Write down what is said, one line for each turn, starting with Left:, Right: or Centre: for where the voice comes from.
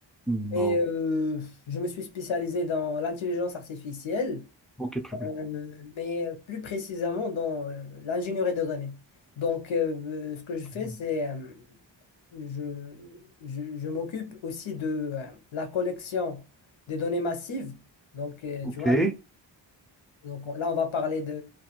Centre: Non.
Left: Et euh, je me suis spécialisé dans l'intelligence artificielle,
Centre: Ok, très bien.
Left: euh, mais plus précisément dans euh, l'ingénierie de données. Donc, euh, euh, ce que je
Centre: très
Left: fais,
Centre: bien.
Left: c'est euh, je, je, je m'occupe aussi de euh, la collection des données massives. Donc, euh,
Centre: Ok.
Left: tu vois, donc on- là, on va parler de,